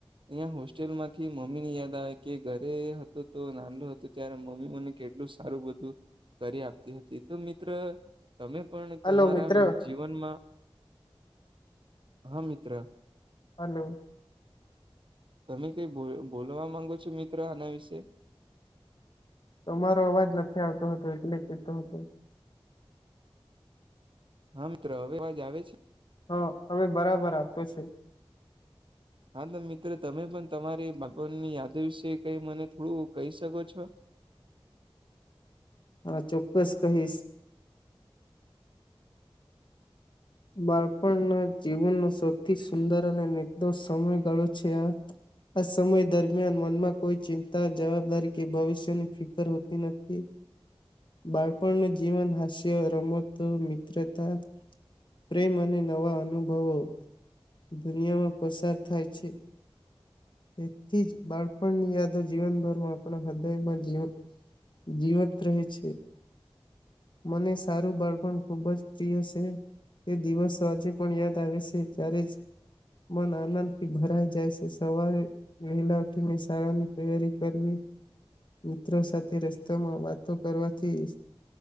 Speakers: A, on the right (about 60°); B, on the left (about 55°).
A: અહીંયા હોસ્ટેલ માંથી મમ્મી ની યાદ આવે કે ઘરે હતો તો નાલો હતો ત્યારે મમ્મી મને કેટલું સારું બધું કરી આપતી હતી તો મિત્ર તમે પણ તમારા
B: હલો મિત્ર
A: જીવનમાં હા મિત્ર
B: હલો
A: તમે કઈો બોલવા માંગો છો મિત્ર આના વિશે
B: તો અમારો અવાજ નથી આવતો હતો એટલે કીતોું હતું
A: હા મિત્રો હવે અવાજ આવે છે
B: હા હવે બરાબર આપતો છે
A: હા તો મિત્ર તમે પણ તમારી બાપની યાદ વિશે કઈ મને થોડું કહી શકો છો
B: હા ચોક્કસ કહીશ બાળપણના જીવનનો સૌથી સુંદર અને નિદોષ સમય ગાળો છે આ આ સમય દરમિયાન મનમાં કોઈ ચિંતા જવાબદારી કે ભવિષ્યની ફિકર હોતી નથી
A: <inaudible>
B: બાળપણ ન જીવન હાસ્ય રમતો મિત્રતા પ્રેમ અને નવા અનુભવો દુનિયામાં પસાર થાય છે તેથી જ બાળપણની યાદો જીવનભરમાં આપણા હૃદયમાં જવ જીવત રહેે છે મને સારું બાળપણ ખુબ જ પ્રિય છે એ દિવસો આજે પણ યાદ આવે છે ત્યારે જ મન આનંદ થી ભરાઈ જાય છે સવારે વેહલા ઉઠી ને શાળા ની તૈયારી કરવી મિત્રો સાથે રસ્તામાં વાતો કરવાથી જ